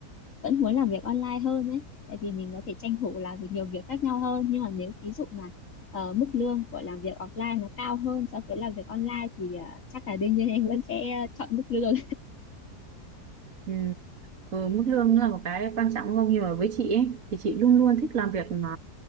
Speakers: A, on the left (about 50°); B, on the right (about 55°).
A: vẫn muốn làm việc online hơn đấy tại vì mình có thể tranh thủ làm việc nhiều việc khác nhau hơn nhưng mà nếu ví dụ mà ờ, mức lương của làm việc offline nó cao hơn so với làm việc online thì ờ, chắc là đương nhiên em vẫn sẽ ờ, chọn mức lương
B: Ừ. Ừ, mức lương là một cái quan trọng đúng không nhưng mà với chị ấy thì chị luôn luôn thích làm việc mà